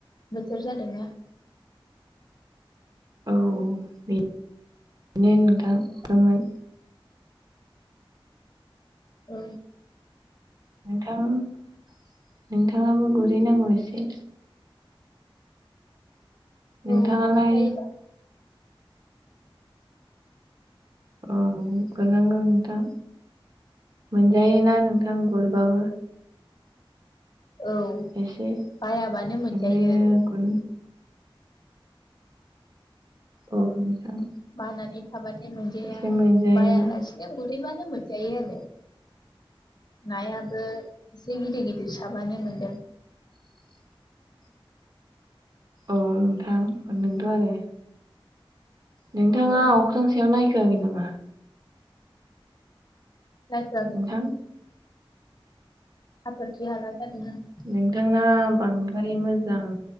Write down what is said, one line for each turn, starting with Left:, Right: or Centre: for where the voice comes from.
Left: बोथोर जादोंना?
Right: औ बेनो नोंथांदोंमोन
Left: औ
Right: नोंथां नोंथाङाबो गुरहै नांगौ एसे नोंथाङालाय
Left: औ गुरखायो दा?
Right: औ गुरनांगौ नोंथा मोनजायोना नोंथां गुरबाबो
Left: औ
Right: एसे
Left: बायाबानो मोनजायो
Right: ओंखायनो गुर औ नोंथां
Left: बानानै थाबाथाय मोनजाया
Right: एसे मोनजायोना
Left: बायालासिनो गुरहैबानो मोनजायो आरो नायाबो एसे गिदिर गिदिर साबानो मोनदों
Right: <unintelligible> औ नोंथां नोंथ' आरो नोंथाङा
Left: औ
Right: अख्रां सायाव नायखोआाखै नामा
Left: नायखोयाखै
Right: नोंथां
Left: हाथरखि हाला जादों नामा
Right: नोंथांना बां मोने मोजां